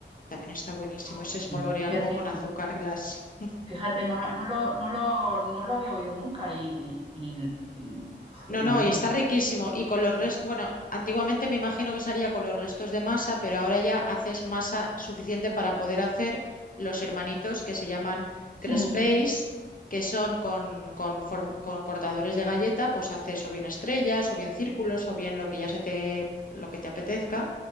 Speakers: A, on the left; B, on the right.
A: también está buenísimo
B: Jo,
A: y se espolvorea
B: qué
A: luego
B: rico.
A: con azúcar glass.
B: Fíjate, no, la- no, lo, no, lo, no lo había oído nunca y, y, y- y-
A: No,
B: y
A: no,
B: tiene-
A: y está riquísimo. Y con
B: sí.
A: los restos, bueno, antiguamente me imagino que se haría con los restos de masa, pero ahora ya haces masa suficiente para poder hacer los hermanitos que se llaman
B: <laughs>
A: crespés,
B: Mm,
A: que son con, con form- con cortadores de galleta, pues haces o bien estrellas, o bien círculos, o bien lo que ya se te, lo que te apetezca,